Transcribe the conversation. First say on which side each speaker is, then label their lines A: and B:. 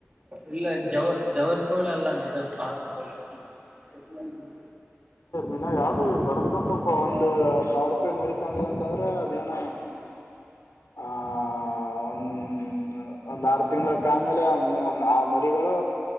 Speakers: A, on the right; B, on the left.
A: ಇಲ್ಲ ಜವ ಜವರ್ ಕೋಳ ಅಲ್ಲ ನೀ ಇದು ಫಾರಂಕೋಳ ಎ
B: ಇಿನ ಯಾವ್ದ ಬರ್ತ್ತಂತಪ್ಪ ಒಂದು ಸಾರ್ ಮರಿ ತಂದ ಅಂತಂದ್ರೆ ಅದೇನು ಆಹ ಒಂದ ಒಂದ್ ಆರು ತಿಂಳಕ್ ಆಮೇಲೆ ಒಂದ್ ಆ ಮರಿಗಳು